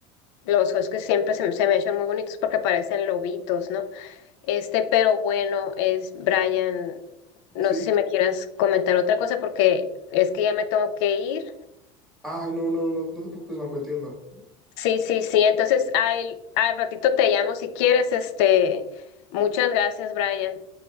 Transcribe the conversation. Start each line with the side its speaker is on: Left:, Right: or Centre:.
Left: los huskies siempre se, me se me echan muy bonitos porque parecen lobitos, ¿no? Este, pero bueno, es Brian, no
Centre: Sí.
Left: sé si me quieras comentar otra cosa porque es que ya me tengo que ir.
Centre: Ah, no, no, no, no te preocupes, Majo, entiendo.
Left: Sí, sí, sí, entonces al, al ratito te llamo si quieres, este, muchas gracias, Brian.